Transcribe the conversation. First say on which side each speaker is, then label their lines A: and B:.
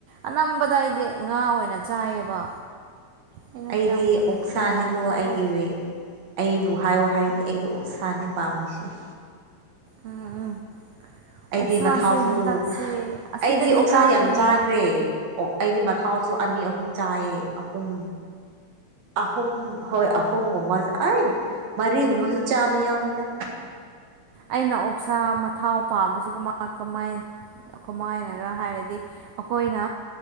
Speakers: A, on the right (about 85°); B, on the right (about 65°).
A: ꯑꯅꯝꯕꯗ ꯑꯩꯗꯤ ꯉꯥ ꯑꯣꯏꯅ ꯆꯥꯏꯌꯦꯕ ꯑꯩꯅ
B: ꯑꯩꯗꯤ
A: ꯀꯌꯥꯝ
B: ꯑꯣꯛꯁꯥꯅꯤꯀꯣ
A: ꯌꯦꯟꯒꯨꯝꯕ
B: ꯑꯩꯒꯤ ꯑꯩꯕꯨ ꯍꯥꯏꯌꯣ ꯍꯥꯏꯅꯤ ꯑꯩꯗꯣ ꯑꯣꯞꯁꯥꯅꯦ ꯄꯥꯝꯃꯤꯁꯤꯦ
A: ꯎꯝ ꯎꯝ
B: ꯑꯩꯗꯤ
A: ꯑꯣꯛꯁꯥꯁꯦ
B: ꯃꯊꯥꯎꯁꯨ
A: ꯍꯟꯗꯛꯁꯦ ꯑꯁꯤꯗꯗꯤ
B: ꯑꯩꯗꯤ ꯑꯣꯛꯁꯥ
A: ꯇꯥꯡꯕꯅꯦ
B: ꯌꯥꯝ ꯆꯥꯈ꯭ꯔꯦ ꯑꯣ ꯑꯩꯗꯤ ꯃꯊꯥꯎꯁꯨ ꯑꯅꯤ ꯑꯍꯨꯝ ꯆꯥꯏꯌꯦ ꯑꯍꯨꯝ ꯑꯍꯨꯝ ꯍꯣꯏ ꯑꯍꯨꯝꯒꯨꯝꯕ ꯑ ꯃꯔꯤꯒꯨꯝꯕꯁꯨ ꯆꯥꯕ ꯌꯥꯎꯋꯤꯗ
A: ꯑꯩꯅ ꯑꯣꯛꯁꯥ ꯃꯊꯥꯎ ꯄꯥꯝꯕꯁꯤꯒꯨꯝꯕ ꯀꯃꯥꯏ ꯑꯩꯈ ꯃꯥꯏꯅꯔ ꯍꯥꯏꯔꯗꯤ ꯑꯩꯈꯣꯏꯅ